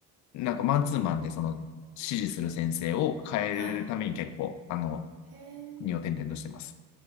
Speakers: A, on the left (about 70°); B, on the right (about 55°).
A: なんかマンツーマンで、その、指示する先生を変えるために結構、
B: はい。
A: あの、
B: へえ、
A: 国を転々としてます。